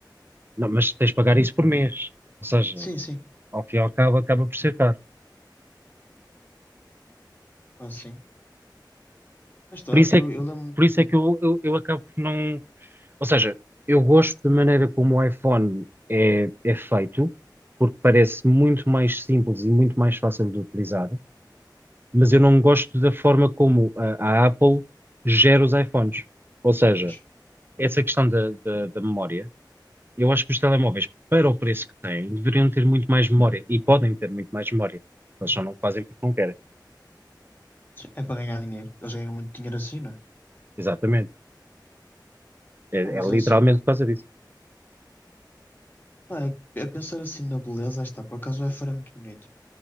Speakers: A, on the right; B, on the left.
A: Não, mas tens de pagar isso por mês. Ou seja,
B: Sim, sim,
A: ao fim e ao cabo, acaba por ser caro.
B: quase sim. Mas tá,
A: Por isso
B: eu,
A: é que,
B: eu lembro.
A: por isso
B: Hum,
A: é que eu, eu, eu acabo por não. Ou seja, eu gosto da maneira como o iPhone é, é feito, porque parece muito mais simples e muito mais fácil de utilizar, mas eu não gosto da forma como a, a Apple gera os iPhones. Ou seja,
B: pois,
A: essa questão da, da, da memória, eu acho que os telemóveis, para o preço que têm, deveriam ter muito mais memória e podem ter muito mais memória. Mas só não fazem porque não querem.
B: sim, é para ganhar dinheiro. Eles ganham muito dinheiro assim, não é?
A: Exatamente. É,
B: Não, mas
A: é literalmente
B: é assim.
A: por causa disso.
B: Pá, é- a pensar assim na beleza, aí está, por acaso o iPhone é muito bonito,